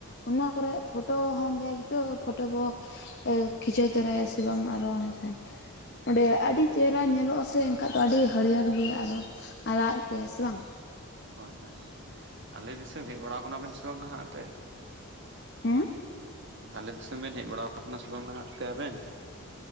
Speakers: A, on the left (about 45°); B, on the right (about 50°).
A: ᱚᱱᱟ ᱠᱚᱨᱮ ᱯᱷᱳᱴᱳ ᱦᱚᱢ <unintelligible> ᱯᱷᱳᱴᱳ ᱵᱚ᱾ ᱟᱸᱠ ᱠᱷᱤᱪᱟᱹᱣ ᱛᱚᱨᱟᱭᱟ ᱥᱮ ᱵᱟᱝ ᱟᱨᱚ᱾ <unintelligible> ᱚᱸᱰᱮ
B: ᱦᱳᱭ
A: ᱟᱹᱰᱤ ᱪᱮᱦᱨᱟ ᱧᱮᱞᱚᱜᱼᱟ ᱥᱮ ᱮᱱᱠᱷᱟᱡ ᱫᱚ ᱟᱹᱰᱤ ᱦᱟᱹᱨᱭᱟᱹᱲ ᱜᱮᱭᱟ ᱟᱨ ᱦᱚᱸ᱾ ᱟᱨᱟᱜ ᱜᱮ ᱥᱮ ᱵᱟᱝ?
B: ᱦᱳᱭ ᱦᱳᱭ᱾ ᱟᱞᱮ ᱫᱤᱥᱚᱢ ᱦᱮᱡ ᱵᱟᱲᱟᱣ ᱟᱠᱟᱱᱟᱵᱮᱱ ᱥᱮ ᱵᱟᱝ ᱱᱟᱦᱟᱜ ᱮᱱᱛᱮ?
A: ᱦᱮᱸ᱾
B: ᱟᱞᱮ ᱫᱤᱥᱚᱢ ᱵᱮᱱ ᱦᱮᱡ ᱵᱟᱲᱟ ᱠᱟᱱᱟ ᱥᱮ ᱵᱟᱝ ᱱᱟᱦᱟᱜ ᱛᱮ ᱟᱵᱮᱱ?